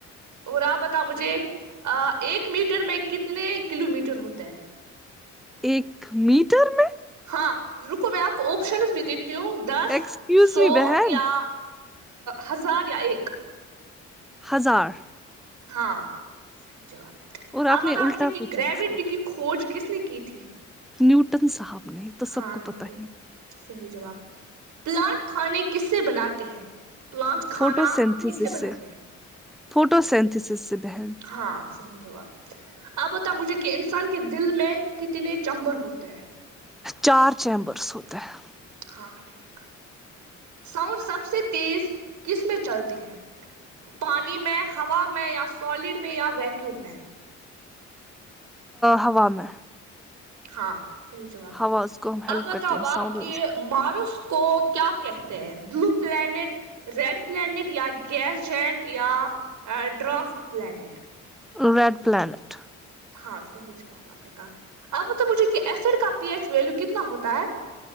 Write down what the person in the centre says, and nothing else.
ایک میٹر میں
ایکسکیوز
می بہن
ہزار
اور
نے الٹا
پوچھا
ہے سوال
نیوٹن صاحب نے یہ تو سب
کو
پتہ ہے
فوٹو سینتھسس
فوٹو سینتھیسیس سے بہن
چار چیمبرس ہوتے ہے
ہوا میں
ہوا اس کو ہم ہیلپ
کرتے ہیں
ساؤنڈ
ریڈ پلا نیٹ